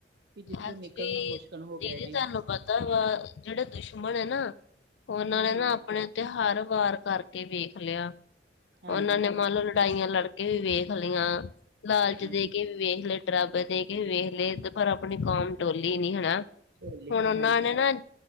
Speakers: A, on the right (about 60°); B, on the left (about 80°).
A: ਕਿ ਜਿੱਥੋਂ
B: ਅਜ
A: ਨਿਕਲਣਾ
B: ਵੀ
A: ਮੁਸ਼ਕਿਲ ਹੋ ਗਿਆ
B: ਦੀਦੀ ਤੁਹਾਨੂੰ
A: ਜੀ
B: ਪਤਾ ਵਾ ਜਿਹੜੇ ਦੁਸ਼ਮਣ ਏ ਨਾ ਉਹਨਾਂ
A: ਹੂੰ
B: ਨੇ
A: ਹੂੰ
B: ਨਾ ਆਪਣੇ ਤਿਉਹਾਰ ਵਾਰ ਕਰ ਕੇ ਵੇਖ ਲਿਆ,
A: ਹਾਂਜੀ
B: ਉਹਨਾਂ ਨੇ ਮੰਨ ਲਓ ਲੜਾਈਆਂ ਲੜਕੇ ਵੀ ਵੇਖ ਲੀਆਂ ਲਾਲਚ
A: ਹੂੰ
B: ਦੇ ਕੇ ਵੇਖ ਲੈ, ਡਰਾਬੇ ਦੇ ਕੇ ਵੀ ਵੇਖ ਲਏ ਤੇ ਪਰ ਆਪਣੀ ਕੌਮ ਡੋਲੀ ਨੀ ਹਨਾ।
A: ਡੋਲੇ
B: ਹੁਣ ਉਹਨਾਂ
A: ਹਾਂਜੀ
B: ਨੇ ਨਾ